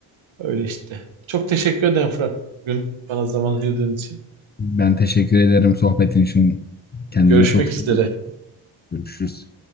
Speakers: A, on the right (about 65°); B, on the left (about 20°).
A: Öyle işte. Çok teşekkür ederim Fırat. Bugün bana zaman ayırdığın için.
B: Ben teşekkür ederim sohbetin için. Kendine
A: Görüşmek
B: çok dikkat
A: üzere.
B: et. Görüşürüz.